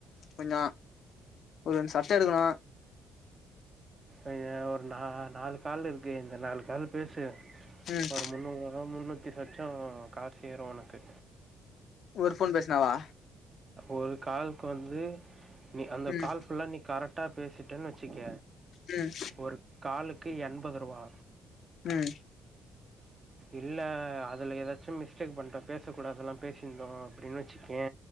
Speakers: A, on the left; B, on the right.
A: கொஞ்சோ ஒர் ரெண் சட்ட எடுக்கணு
B: ஐ ய ஒரு நா நாலு கால் இருக்கு இந்த நால் காலு பேசு
A: ம்
B: ஒரு முந்நூறுவா முந்நூத்தி சொச்சோ காஸ் ஏறு ஒனக்கு
A: ஒரு ஃபோன் பேஸ்னாவா
B: ஒரு கால்க் வந்து நீ அந்த
A: ம்
B: கால் ஃபுல்லா நீ கரக்டா பேசிடன் வச்சிக்க
A: ம்
B: ஒரு காலுக்கு எண்பதுருவா
A: ம்
B: இல்ல அதுல எதாச்சு மிஸ்டேக் பண்ற பேச கூடதல்லா பேசிந்தோ அப்புடின் வச்சுக்யே